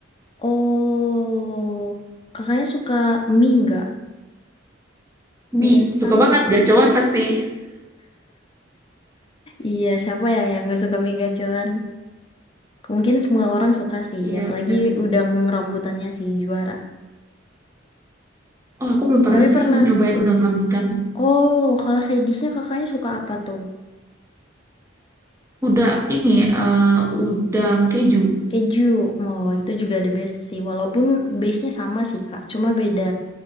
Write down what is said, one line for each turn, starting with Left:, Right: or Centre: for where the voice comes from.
Left: oh, kakaknya suka mie nggak? Mie
Right: Mie,
Left: instan?
Right: suka banget gacor pasti.
Left: Iya, siapa ya yang gak suka mie gacoan? Mungkin semua orang suka sih,
Right: Iya,
Left: apalagi
Right: bener.
Left: udang rambutannya sih juara.
Right: Oh, aku belum pernah
Left: Tapi pernah.
Right: sih nyobain udang rambutan.
Left: Oh, kalau sedisnya kakaknya suka apa tuh?
Right: udah ini, eh, udang keju.
Left: Keju. Mau itu juga ada base sih. Walaupun base-nya sama sih, Kak. Cuma beda